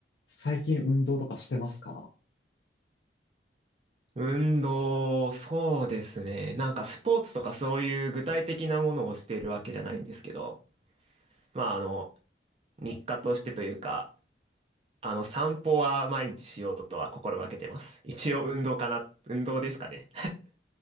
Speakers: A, on the left; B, on the right.
A: 最近運動とかしてますか
B: 運動、そうですね。なんかスポーツとかそういう具体的なものをしているわけじゃないんですけど、まああの、日課としてというか、あの、散歩は毎日しようとは心がけてます。一応運動かな、運動ですかね。